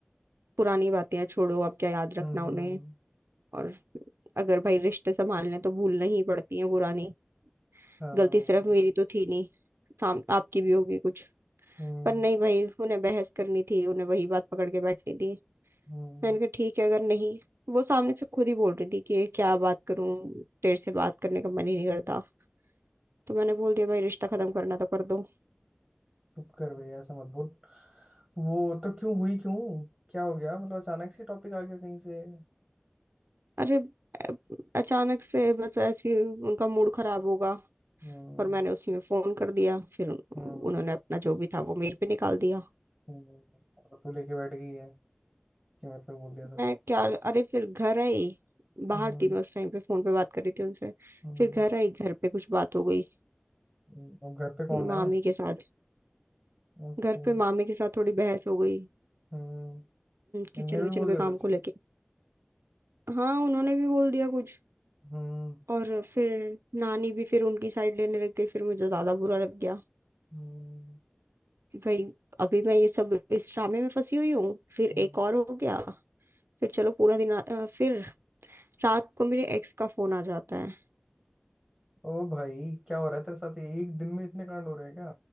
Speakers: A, on the right; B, in the centre.
A: पुरानी बातें हैं छोड़ो अब क्या याद रखना
B: हम्म हम्म
A: उन्हें और अगर भाई रिश्ते संभालने हैं, तो भूलना ही पड़ती है पुरानी
B: हाँ,
A: गलती सिर्फ मेरी तो थी नहीं साम आपकी भी होगी कुछ
B: हम्म
A: पर नहीं भाई उन्हें बहस करनी थी उन्हें वही बात पकड़ के बैठनी थी
B: हम्म
A: मैंने कहा ठीक है अगर नहीं वो सामने से खुद ही बोल रही थी कि क्या बात करूं तेरे से बात करने का मन ही नहीं करता तो मैंने बोल दिया भाई रिश्ता खत्म करना तो कर दो
B: चुप कर भैया ऐसा मत बोल वो तो क्यों हुई क्यों क्या हो गया मतलब अचानक से टॉपिक आ गया कहीं से
A: अरे अ- अचानक से बस ऐसे ही उनका मूड खराब होगा
B: हम्म
A: और मैंने उसी में फोन कर दिया फिर उन-
B: हम्म
A: उन्होंने अपना जो भी था वो मेरे पे निकाल दिया
B: हम्म, और तू लेके बैठ गई है कि मेरे पे बोल दिया था
A: मैं क्या अरे फिर घर आई बाहर
B: हम्म
A: थी मैं उस टाइम पे फोन पे बात कर रही थी उनसे
B: हम्म
A: फिर घर आई घर पे कुछ बात हो गई
B: हम्म, अब घर पे कौन
A: मामी
B: है
A: के साथ
B: ओके
A: घर पे मामी के साथ थोड़ी बहस हो गई
B: हम्म
A: किचन
B: इनने भी
A: विचन
B: बोल
A: के
B: दिया
A: काम
B: कुछ
A: को लेके हाँ उन्होंने भी बोल दिया कुछ
B: हम्म
A: और फिर नानी भी फिर उनकी साइड लेने लग गई फिर मुझे ज्यादा बुरा लग गया
B: हम्म
A: भाई अभी मैं ये सब इस ड्रामे में फंसी हुई हूँ फिर
B: हम्म।
A: एक और हो गया फिर चलो पूरा दिन आ, अ, फिर रात को मेरे एक्स का फोन आ जाता है
B: ओ भाई क्या हो रहा है तेरे साथ ये एक दिन में इतने कांड हो रहे हैं क्या